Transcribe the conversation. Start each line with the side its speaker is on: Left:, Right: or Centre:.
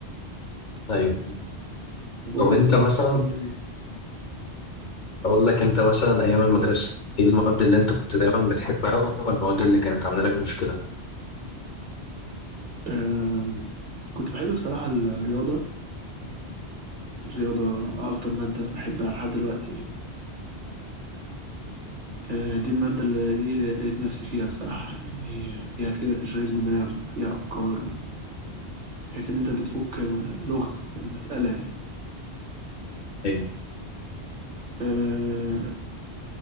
Left: ايوه
Right: طب قول
Left: طب
Right: لي
Left: انت
Right: تاني
Left: مثلا
Right: كنت بتعمل ايه
Left: أقول لك أنت مثلا أيام المدرسة إيه المواد اللي أنت كنت دايما بتحبها والمواد اللي كانت عاملة لك مشكلة
Right: أم، كنت بحب بصراحة الرياضة الرياضة أكتر مادة بحبها لحد دلوقتي يعني أه، دي المادة اللي هي لقيت نفسي فيها بصراحة يعني هي فيها كده تشغيل دماغ وفيها أفكار وتحس إن أنت بتفك م- لغز كده مسألة يعني
Left: ايوه
Right: أه،